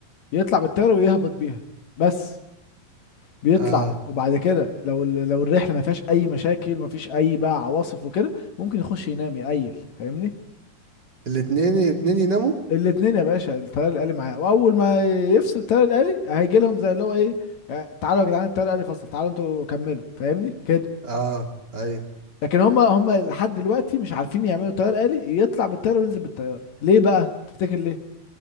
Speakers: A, on the left; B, on the right.
A: يطلع بالطياره ويهبط بيها بس بيطلع
B: اه
A: وبعد كده لو ال- لو الرحله ما فيهاش اي مشاكل ما فيش اي بقى عواصف وكده ممكن يخش ينام يقيل فاهمني
B: الاتنين الاتنين يناموا
A: الاتنين يا باشا الطيار الآلي معاه واول ما يفصل الطيار الآلي هيجي لهم زي اللي هو ايه آه، تعالوا يا جدعان الطيار الآلي فصل تعالوا انتوا كملوا فاهمني كده
B: اه ايوه
A: لكن هم هم لحد دلوقتي مش عارفين يعملوا طيار آلي يطلع بالطياره وينزل بالطياره ليه بقى تفتكر ليه